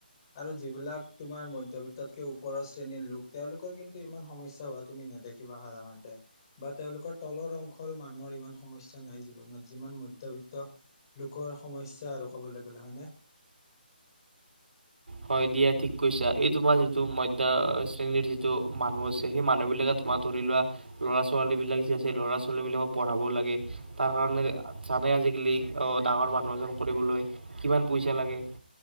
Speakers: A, on the left; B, on the right.
A: আৰু যিবিলাক তোমাৰ মধ্যবিত্ততকে ওপৰৰ শ্ৰেণীৰ লোক তেওঁলোকৰ কিন্তু ইমান সমস্যা হোৱা তুমি নেদেখিবা সাধাৰণতে বা তেওঁলোকৰ তলৰ অংশৰো মানুহৰ ইমান সমস্যা নাই জীৱনত যিমান মধ্যবিত্ত লোকৰ সমস্যা আৰু কবলৈ গ'লে হয়নে?
B: হয় দিয়া, ঠিক কৈছা এই তোমাৰ যিটো মধ্য শ্ৰেণীৰ যিটো মানুহ আছে সেই মানুহবিলাকে তোমাৰ ধৰি লোৱা ল'ৰা -ছোৱালী বিলাক যে আছে ল'ৰা- ছোৱালীবিলাকক পঢ়াবও লাগে, তাৰ কাৰণে জানে আজিকালি অ', ডাঙৰ মানুহ এজন কৰিবলৈ কিমান পইচা লাগে